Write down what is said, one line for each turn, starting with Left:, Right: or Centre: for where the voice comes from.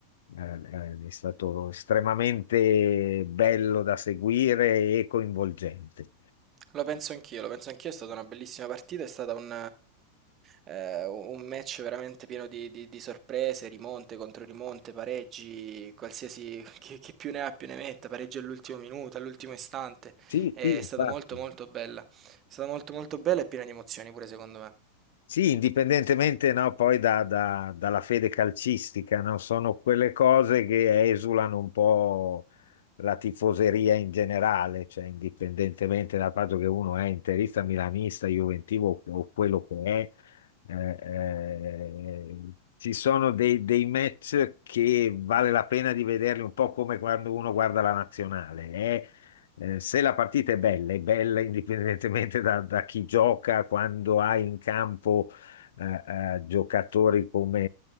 Left: eh, eh, è stato estremamente bello da seguire e coinvolgente.
Right: Lo penso anch'io, lo penso anch'io, è stata una bellissima partita, è stato un, eh, un match veramente pieno di, di- di sorprese, rimonte contro rimonte, pareggi, qualsiasi <laughs> chi, chi più ne ha più ne metta, pareggi all'ultimo minuto, all'ultimo istante,
Left: Sì,
Right: è
Left: sì, infatti.
Right: stata molto molto bella, è stata molto molto bella e piena di emozioni pure secondo me.
Left: Sì, indipendentemente no, poi da- da- dalla fede calcistica, no? Sono quelle cose che esulano un po' la tifoseria in generale, cioè indipendentemente dal fatto che uno è interista, milanista, juventivo o quello che è, eh, eh, ci sono dei, dei match che vale la pena di vederli un po' come quando uno guarda la nazionale. eh. Eh, se la partita è bella, è bella indipendentemente da, da chi gioca, quando hai in campo eh, eh, giocatori come,